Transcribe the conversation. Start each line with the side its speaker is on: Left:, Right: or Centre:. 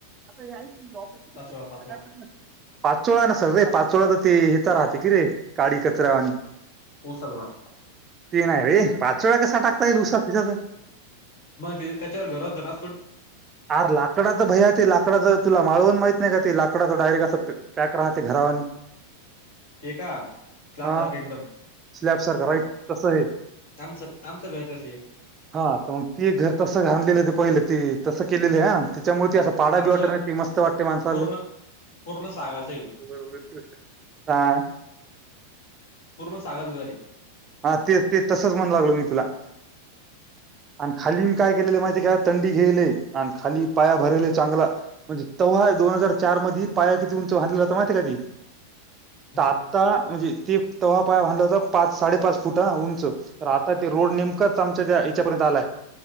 Right: <unintelligible>
Left: पाचोळा पाचोळा
Right: <unintelligible> पाचोळा नसेल रे, पाचवोळा तर ते येचा राहत राहते की रे काडी कचऱ्या वाणी
Left: हो सल्ला
Right: तीन नाही रे पाचोळा कसा टाकता येईल उसा फिसाचा
Left: मग त्याच्यावर घरात रा
Right: आर लाकडाचं भयात ते लाकडाच तुला माळवण माहित नाही का ते लाकडाच डायरेक्ट असं पॅक राहते घरावानी
Left: ते का स्लाबसारखं
Right: हा
Left: एकदम
Right: स्लॅब सारखा राईट तसं आहे.
Left: आमचं आमचं घर तसं एक
Right: हा ते घर तसं घा आणलेलं ते पहिले ते तसं केलेलीय च्या मुळं ते असं पाडात
Left: आमचं
Right: मस्त वाटते माणसाले
Left: पूर्ण पूर्ण सागाचं आहे
Right: ब हा <unintelligible>
Left: पूर्ण साधाच घर हे.
Right: हा ते ते तसच मनू लागलो मी तुला
Left: <unintelligible>
Right: आणि खाली मी काय केलेलं माहितीय का थंडी घेयले आणि खाली पाया भरले चांगला म्हणजे तव्हा दोन हजार चार मध्ये पाया किती उंच भरला होता माहिती आहे का मी?
Left: हम्म
Right: आ आता
Left: हम्म.
Right: म्हणजे ते तव्हा पाया बधला होता पाच साडेपाच फूट हा उंच. तर आता ते रोड नेमकाच आमच्या त्या ह्यच्यापर्यंत आलाय.